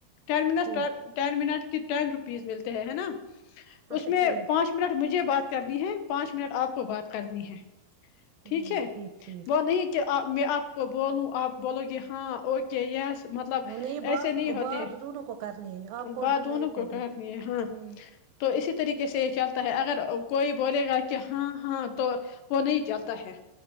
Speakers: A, on the left; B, on the right.
A: ٹین منٹٹ
B: ٹھیک
A: تٹین منٹ ٹین روپیز ملتے ہیں ہے نا
B: اچھا
A: اس میں
B: ٹھیک
A: پانچ منٹ مجھے بات کرنی ہے پانچ منٹ آپ کو بات کرنی ہے
B: ہوں
A: ٹھیک ہے
B: ٹھیک
A: وہ نہیں کیا آ میں آپ کو بولوں آپ بولو گ ہاں اوکے یس مطلب
B: ہاں نہیں بات
A: ایسے نہیں ہوتے
B: بات دونوں کو کرنی ہے آپ کو
A: بات
B: بھی
A: دونوں
B: میرے
A: کو
B: بھی
A: کرنی ہے ہاں
B: ہوں
A: تو اسی طرح طریقے سے یہ چلتا ہے اگر کوئی بولے گا کہ ہاں ہاں تو وہ نہیں چلتا ہے